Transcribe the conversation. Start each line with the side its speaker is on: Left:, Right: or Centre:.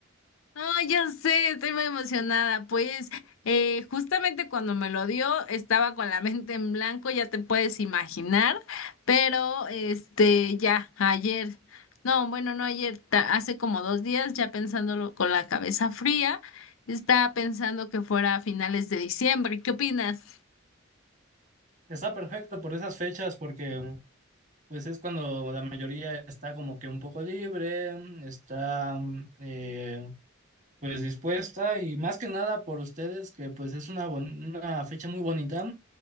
Left: No, ya sé, estoy muy emocionada. Pues eh, justamente cuando me lo dio estaba con la mente en blanco, ya te puedes imaginar, pero este ya ayer, no, bueno, no ayer, ta- hace como dos días ya pensándolo con la cabeza fría, estaba pensando que fuera a finales de diciembre. ¿Qué opinas?
Right: Está perfecto por esas fechas porque pues es cuando la mayoría está como que un poco libre, está eh, pues dispuesta y más que nada por ustedes que pues es una, bon- una fecha muy bonita.